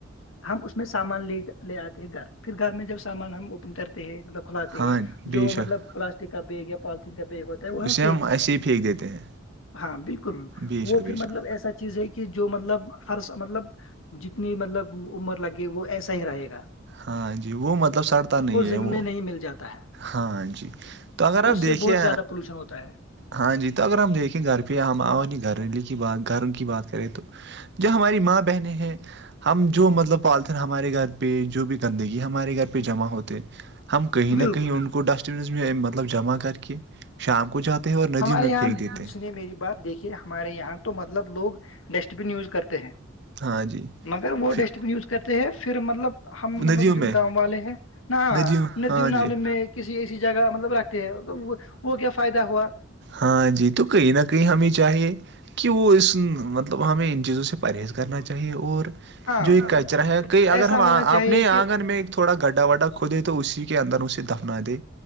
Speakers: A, on the left; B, on the right.
A: ہم اس میں سامان لے لے آتے ہیں گھر پھر گھر میں جب سامان ہم اوپن کرتے ہیں مطلب کھلاتے
B: ہاں
A: ہیں
B: بے
A: جو
B: شک
A: مطلب پلاسٹک کا بیگ پالتین کا بیگ ہو وہ
B: اسے
A: ہم پھینکتے
B: ایسے ہی پھینک دیتے ہیں
A: ہاں بالکل
B: بے شک
A: وہ
B: بے
A: پھر
B: شک
A: مطلب ایسا چیز ہے کہ جو مطلب ہر مطلب جتنی مطلب عمر لگے وہ ایسا ہی رہے گا
B: ہاں جی وہ مطلب سڑتا نہیں
A: اور
B: ہے
A: زمین
B: وہ
A: میں نہیں مل جاتا ہے
B: ہاں جی تو اگر آپ
A: اس
B: دیکھے
A: سے بہت زیادہ پولوشن ہوتا ہے
B: ہاں جی تو اگر ہم دیکھیں گھر پہ ہم نہیں گھریلو کی بات گھر کی بات کریں تو جو ہماری ماں بہنیں ہیں ہم جو مطلب پالتےن ہمارے گھر پہ جو بھی گندگی ہمارے گھر پہ جمع ہوتے ہم کہیں نہ
A: بالکل
B: کہیں ان کو ڈسٹ میںم مطلب جمع کر کہ شام کو جاتے ہیں اور ندیوں
A: ہمارے
B: میں
A: یہاں
B: پھینک دیتے ہیں
A: س نے میری بات دیکھی ہمارے یہاں تو مطلب لوگ ڈسٹ بین یوز کرتے ہیں
B: ہاں جی
A: مگر وہ
B: پھر
A: ڈسٹ بین یوز کر کرتے ہیں پھر مطلب ہم مطلب
B: ندیوں میں
A: گاؤں والے ہیں نا
B: ندیوں
A: ن
B: ہاں
A: جیونال
B: جی
A: میں کسی ایسی جگہ مطلب رکھتے ہیں وہ کیا فائدہ ہوا
B: ہاں جنی تو کہیں نہ کہیں ہممییں چاہے کہ وہ اس مطلب ہمیں ان چیزوں سے پرہیز کرنا چاہیے اور
A: ہاں
B: جو
A: مطلب
B: ایک کچرا ہے کہئی اگر
A: ایسا
B: ہم
A: ہونا چاہیے
B: اپنے
A: کہ
B: آنگن میں تھوڑا گڈھا وڈا کھ دے تو اسی کے اندر اسے دفنا دے